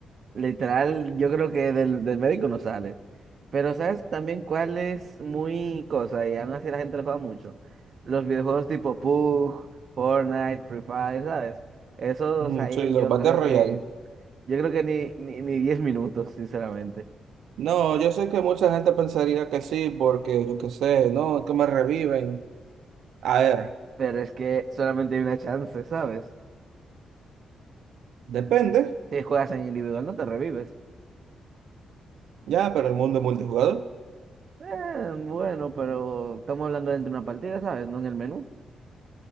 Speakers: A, on the right; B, on the right.
A: Literal, yo creo que del, del médico no sale. Pero ¿sabes también cuál es muy cosa? Y aún así la gente le paga mucho. Los videojuegos tipo PUBG, Fortnite, Free Fire, ¿sabes? Esos
B: Ujú,
A: ahí
B: Sí, los
A: yo
B: Battle
A: creo
B: Royale.
A: que, yo creo que ni, ni, ni 10 minutos, sinceramente.
B: No, yo sé que mucha gente pensaría que sí, porque yo qué sé, no, es que me reviven. A ver,
A: Pero es que solamente hay una chance, ¿sabes?
B: depende,
A: Si juegas en individual no te revives.
B: ya, pero el mundo es multijugador.
A: Eh, bueno, pero estamos hablando dentro de una partida, ¿sabes? No en el menú.